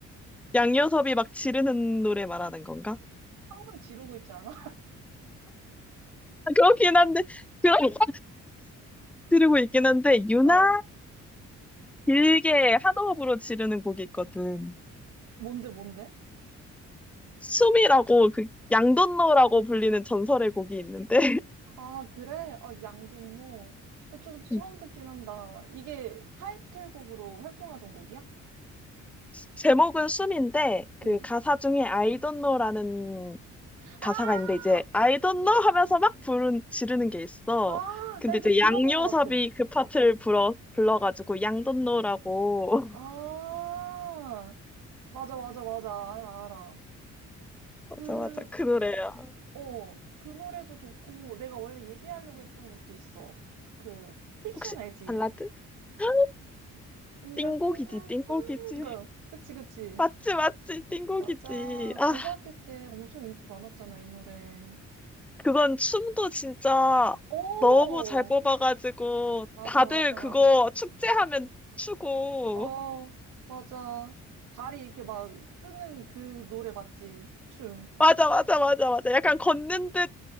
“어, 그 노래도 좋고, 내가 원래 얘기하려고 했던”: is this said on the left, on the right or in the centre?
Right